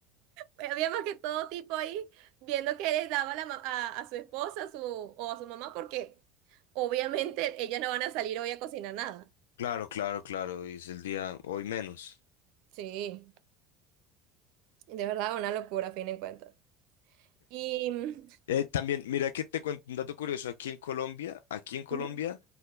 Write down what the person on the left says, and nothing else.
claro, claro, claro, y es el día hoy menos.
Eh, también, mira que te cuento un dato curioso, aquí en Colombia, aquí en Colombia,